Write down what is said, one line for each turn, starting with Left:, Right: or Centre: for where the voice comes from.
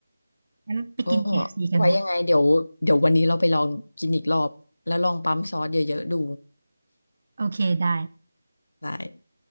Right: งั้นไปกิน
Left: ก็
Right: KFC กันไหม
Left: ไว้ยังไงเดี๋ยวเดี๋ยววันนี้เราไปลองกินอีกรอบแล้วลองปั๊มซอสเยอะๆดู
Right: โอเคได้
Left: ได้